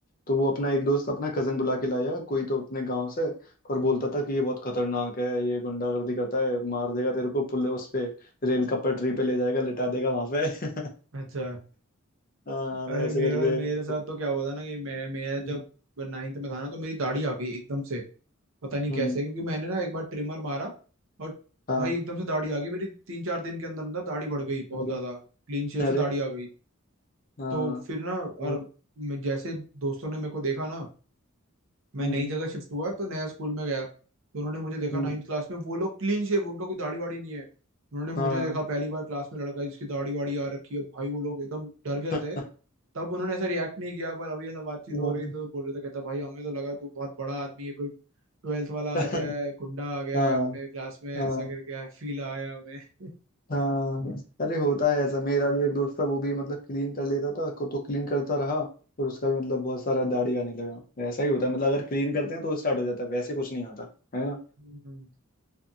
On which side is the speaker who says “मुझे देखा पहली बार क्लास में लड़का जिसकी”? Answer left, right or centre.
Right